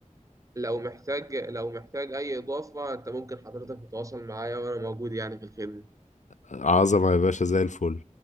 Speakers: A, on the right; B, on the left.
A: لو محتاج لو محتاج اي اضافه انت ممكن حضرتك تتواصل معايا وانا موجود يعني في الخدمه
B: عظمة يا باشا زي الفل